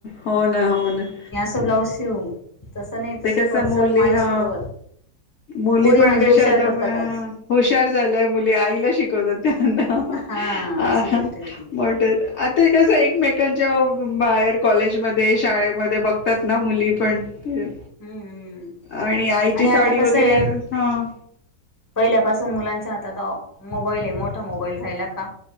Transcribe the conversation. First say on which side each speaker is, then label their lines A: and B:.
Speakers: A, on the left; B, on the left.
A: हो ना हो ना.
B: फक्त ब्लाऊज शिव. तसं नाही तसं
A: ते कस
B: कर चल
A: मुली,
B: माझ्यासोबत
A: हा, मुली
B: पोरी
A: पण
B: म्हणजे
A: कशा
B: हुशार
A: होताऽ
B: करतात आज
A: हुशार झाल्या मुली, आईला शिकवतात त्यांना,
B: हा अशी गोष्ट आहे ती
A: मोठऽ आता कसंय एकमेकांच्या बाहेर, कॉलेजमध्ये, शाळेमध्ये बघतात ना मुली पण. तर,
B: हम्म हम्म.
A: आणि आईची साडी
B: आता
A: वगैरे,
B: कसं आहे
A: हं.
B: पहिल्यापासून मुलांच्या हातात मोबाईल आहे, मोठा मोबाईल राहिला का.